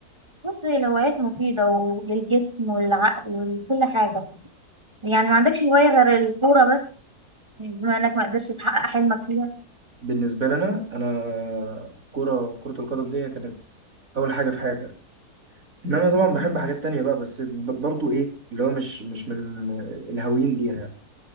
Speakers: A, on the right; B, on the right.
A: بص هي الهوايات مفيده وللجسم وللعقل ولكل حاجه يعني ما عندكش هوايه غير الكوره بس بما انك ما قدرتش تحقق حلمك فيها
B: بالنسبه لنا انا كره كره القدم دي هي كانت اول حاجه في حياتي يعني انما طبعا
A: مم.
B: بحب حاجات تانية بقى بس ب- برضو ايه اللي هو مش مش من الهاويين ليها يعني.